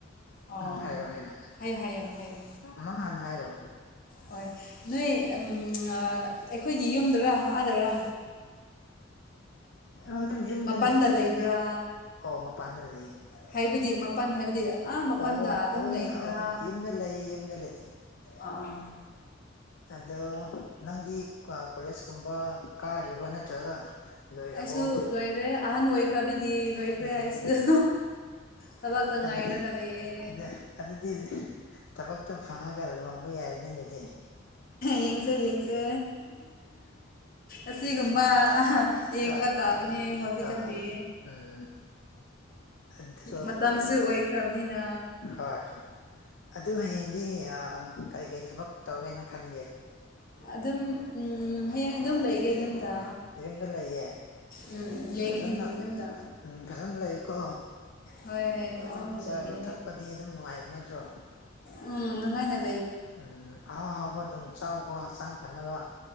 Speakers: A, on the left; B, on the left.
A: ꯑꯣ
B: ꯎꯝ ꯍꯥꯏꯔꯣ ꯍꯥꯏꯔꯣ
A: ꯍꯥꯏꯌꯣ ꯍꯥꯏꯌꯣ ꯍꯥꯏꯌꯣ
B: ꯃꯥ ꯍꯥꯟꯅ ꯍꯥꯏꯔꯣ
A: ꯍꯣꯏ ꯅꯣꯏ ꯑꯩꯈꯣꯏꯒꯤ ꯌꯨꯝꯗꯨꯔꯥ ꯑꯥꯗꯔꯥ
B: ꯎ ꯑꯗꯨꯝ ꯌꯨꯝꯗꯅꯦ
A: ꯃꯄꯥꯟꯗ ꯂꯩꯕ꯭ꯔꯥ
B: ꯑꯣ ꯃꯄꯥꯟꯗ ꯂꯩꯌꯦ
A: ꯍꯥꯏꯕꯗꯤ ꯃꯄꯥꯟ ꯍꯥꯏꯕꯗꯤ ꯑꯥ ꯃꯄꯟꯗ
B: ꯑꯣ ꯑꯣ
A: ꯑꯗꯨꯝ
B: ꯑꯣ
A: ꯂꯩꯕ꯭ꯔꯥ
B: ꯅꯪ ꯑꯣ ꯌꯨꯝꯗ ꯂꯩꯌꯦ ꯌꯨꯝꯗ ꯂꯩꯌꯦ
A: ꯑꯥ ꯑꯥ
B: ꯑꯗꯣ ꯅꯪꯗꯤ ꯀꯣꯂꯦꯖꯀꯨꯝꯕ ꯀꯥꯔꯤꯕ꯭ꯔꯣ ꯅꯠꯇ꯭ꯔꯒ ꯂꯣꯏꯔꯕꯣ
A: ꯑꯩꯁꯨ ꯂꯣꯏꯔꯦ ꯑꯍꯟ ꯑꯣꯏꯈ꯭ꯔꯕꯤꯗꯤ ꯂꯣꯏꯈ꯭ꯔꯦ
B: ꯎꯝ
A: ꯑꯩꯁꯨ ꯊꯕꯛꯇ
B: ꯑꯗꯨ
A: ꯉꯥꯏꯔꯒ ꯂꯩꯌꯦ
B: ꯑꯗ ꯑꯗꯨꯗꯤ ꯊꯕꯛꯇꯣ ꯐꯪꯉꯒ ꯂꯣꯟꯝꯕ ꯌꯥꯔꯤꯅꯤ ꯑꯗꯨꯗꯤ
A: ꯌꯦꯡꯁꯦ ꯌꯦꯡꯁꯦ ꯑꯁꯤꯒꯨꯝꯕ ꯌꯦꯡꯕ
B: ꯑꯥ
A: ꯇꯥꯕꯅꯤ ꯍꯧꯖꯤꯛꯀꯥꯟꯗꯤ
B: ꯑꯥ ꯎꯝ ꯑꯗꯨ
A: ꯃꯇꯝꯁꯦ ꯑꯣꯏꯈ꯭ꯔꯕꯅꯤꯅ
B: ꯍꯣꯏ ꯑꯗꯨ ꯍꯌꯦꯡꯗꯤ ꯀꯩꯀꯩ ꯊꯕꯛ ꯇꯧꯒꯦꯅ ꯈꯟ
A: ꯑꯗꯨꯝ ꯍꯌꯦꯡ ꯑꯗꯨꯝ ꯂꯩꯒꯦ ꯌꯨꯝꯗ
B: ꯌꯨꯝꯗ ꯂꯩꯌꯦ
A: ꯎꯝ ꯂꯩꯒꯅꯤ
B: ꯐꯖꯅ
A: ꯌꯨꯝꯗ
B: ꯎꯝ ꯐꯖꯅ ꯂꯩꯌꯣꯀꯣ
A: ꯍꯣꯏ ꯐꯖꯅ
B: ꯆꯥꯕ
A: ꯂꯩꯒꯦ
B: ꯊꯛꯄꯗꯤ ꯑꯗꯨꯝ ꯅꯨꯡꯉꯥꯏꯕ ꯅꯠꯇ꯭ꯔꯣ
A: ꯎꯝ ꯅꯨꯡꯉꯥꯏꯅꯦ
B: ꯎꯝ ꯑꯥꯎ ꯍꯥꯎꯕ ꯑꯗꯨꯝ ꯆꯥꯎꯀꯣ ꯍꯛꯆꯥꯡ ꯐꯅꯕ